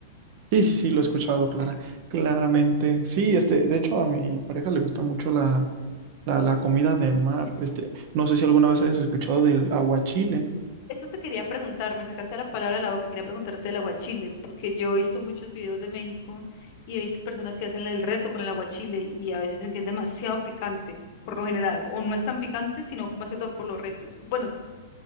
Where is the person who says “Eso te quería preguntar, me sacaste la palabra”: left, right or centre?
Left